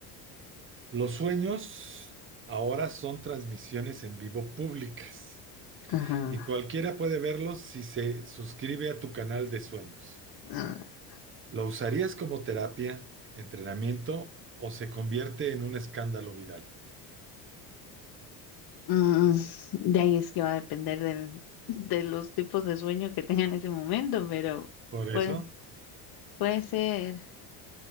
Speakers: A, on the right; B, on the left.
A: Los sueños ahora son transmisiones en vivo públicas
B: ajá.
A: y cualquiera puede verlos si se suscribe a tu canal de sueños.
B: Ah,
A: ¿Lo usarías como terapia, entrenamiento o se convierte en un escándalo viral?
B: mm, de ahí es que va a depender del, de los tipos de sueño que tenga en ese momento, pero
A: Por
B: puede,
A: eso,
B: puede ser